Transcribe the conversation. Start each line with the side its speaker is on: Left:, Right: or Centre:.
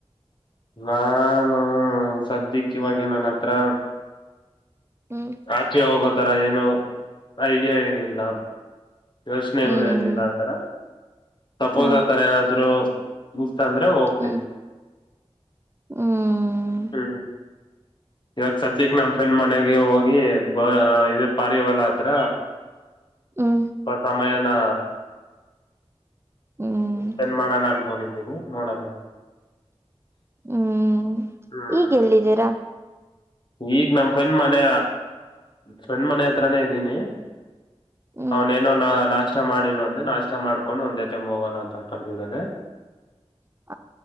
Left: ನಾನು ಸದ್ಯಕ್ಕೆ ಇವಾಗ ನಾನ್ ಹತ್ರ
Right: ಹ್ಮ್
Left: ಆಚೆ ಹೋಗೋತರ ಏನು ಐಡಿಯಾ ಏನಿಲ್ಲ. ಯೋಚನೆಗಳು
Right: ಹ್ಮ್
Left: ಏನಿಲ್ಲ ಆತರ ಸಪೋಸ್
Right: ಹ
Left: ಆತರ ಏನಾದ್ರು ಇತ್ ಅಂದ್ರೆ ಹೊಗ
Right: ಹ್ಮ್ ಹ್ಮ್
Left: ಹ್ಮ ಇವಾಗ ಸದ್ಯಕ್ ನಮ್ ಫ್ರೆಂಡ್ ಮನೆಗೆ ಹೋಗಿ ಬ ಇದು ಪಾರಿವಾಳ ಹತ್ರ
Right: ಹ್ಮ
Left: ಸಮಯನಾ
Right: ಹ್ಮ್
Left: ಸ್ಪೆಂಡ್ ಮಾಡಣ ಅನ್ಕೊಂಡಿದೀನಿ ನೋಡೋಣ.
Right: ಹ್ಮ್
Left: ಹ್ಮ್
Right: ಈಗ ಎಲ್ಲಿದ್ದೀರಾ.
Left: ಈಗ ನಮ್ಮ ಫ್ರೆಂಡ್ ಮನೆ ಫ್ರೆಂಡ್ ಮನೆ ಹತ್ರಾನೇ ಇದ್ದೀನಿ.
Right: <inaudible>
Left: ಅವ್ನೇನೋ ನಾ ನಾಷ್ಟ ಮಾಡಿಲ್ವಂತೆ ನಾಷ್ಟ ಮಾಡ್ಕೊಂಡು ಒಂದೇ ಟೈಮ್ ಹೋಗೋಣ ಅಂತ ಕರೆದಿದ್ದಾನೆ.
Right: ಹ್ಮ <unintelligible>